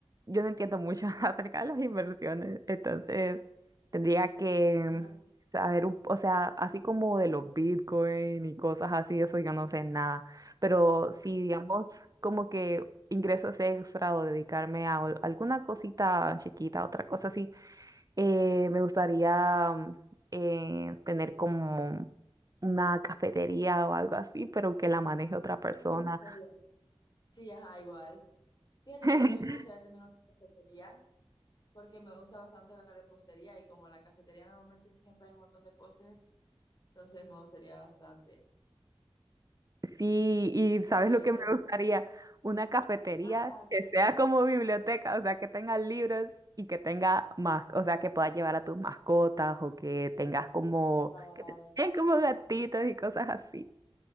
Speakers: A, on the right; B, on the left.
A: yo no entiendo mucho <laughs> acerca de las inversiones, entonces tendría que
B: Ajá.
A: saber, un- o sea, así como de los Bitcoin y cosas así, eso yo no sé nada, pero si digamos como que ingresos extra o dedicarme a al- alguna cosita chiquita, otra cosa así, eh, me gustaría mm, eh, tener como una cafetería o algo así, pero que la maneje otra persona.
B: Sí, sí, en serio. Sí, ajá, igual. Fíjate
A: <laughs>
B: que a mí también me gustaría tener una cafetería porque me gusta bastante la repostería y como en la cafetería normalmente siempre hay un montón de postres, entonces me gustaría bastante.
A: Sí, y ¿sabes
B: Sí,
A: lo que
B: pero...
A: me gustaría? Una cafetería
B: Ajá,
A: que sea como biblioteca, o sea, que tenga libros y que tenga más, o sea, que puedas llevar a tus mascotas o que tengas como,
B: ah,
A: que te tengan como gatitos y cosas así.